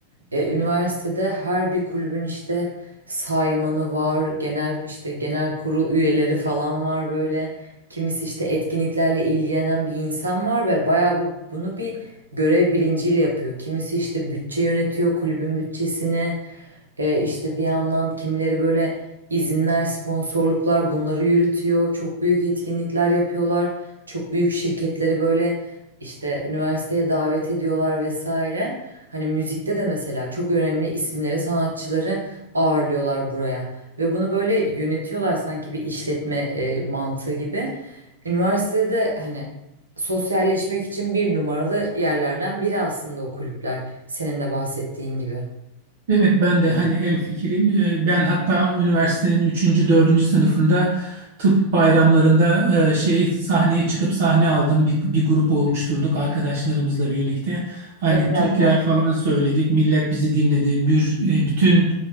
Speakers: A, on the right; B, on the right.
A: e, üniversitede her bir kulübün işte saymanı var, genel işte genel kurul üyeleri falan var böyle. Kimisi işte etkinliklerle ilgilenen bir insan var ve bayağı bu bunu bir görev bilinciyle yapıyor. Kimisi işte bütçe yönetiyor kulübün bütçesini. E, işte bir yandan kimileri böyle izinler, sponsorluklar bunları yürütüyor. Çok büyük etkinlikler yapıyorlar. Çok büyük şirketleri böyle işte üniversiteye davet ediyorlar vesaire. Hani müzikte de mesela çok önemli isimleri, sanatçıları ağırlıyorlar buraya. Ve bunu böyle yönetiyorlar sanki bir işletme e, mantığı gibi. Üniversitede hani sosyalleşmek için bir numaralı yerlerden biri aslında o kulüpler. Senin de bahsettiğin gibi.
B: Evet ben de hani en fikrim. Ee, Ben hatta üniversitenin üçüncü dördüncü sınıfında tıp bayramlarında e, şey sahneye çıkıp sahne aldım. Bir, bir grup oluşturduk arkadaşlarımızla birlikte. Hani
A: Ne kadar
B: türküler falan söyledik. Millet bizi dinledi. Bir, e, bütün